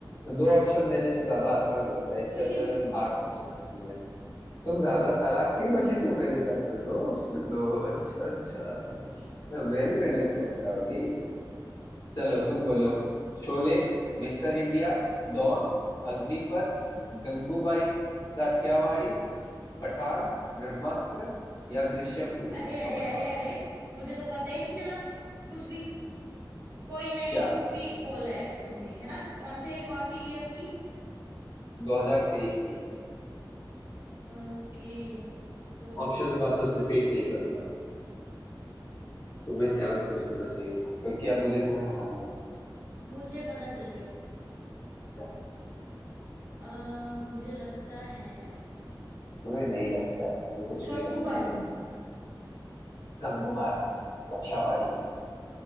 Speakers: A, on the left; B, on the right.
A: तो दो ऑप्शन देने से ज्यादा आसान हो जाता है इससे
B: <laughs>
A: अच्छा है मैं आठ ऑप्शन दूं तुम्हें तुम ज्यादा चालाक नहीं बन रही हो मेरे साथ में दो ऑप्शन दो अच्छा अच्छा तो मेरी
B: अम,
A: मेहनत कम कराओगी चलो तुम बोलो Sholay mister India Don Agneepath Gangubai Kathiawadi Pathaan Brahmastra या दृश्यम टू
B: अरे अरे
A: अब बताओ
B: अरे अरे मुझे तो पता ही नहीं चला कुछ भी कोई नई
A: क्या
B: मूवी बोला है तुमने है ना कौन से कौन सी ईयर की
A: 2023 की
B: ओके तो
A: ऑप्शंस वापस रिपीट नहीं करूंगा तुम्हें
B: अ,
A: ध्यान से सुनना चाहिए था क्योंकि अब मुझे तुम्हें हराना है
B: मुझे पता चल गया
A: क्या
B: अ, मुझे लगता है
A: तुम्हें नहीं लगता है तुम्हें कुछ
B: गंगूबाई
A: नहीं लगता है तुम गंगूबाई काठियावाड़ी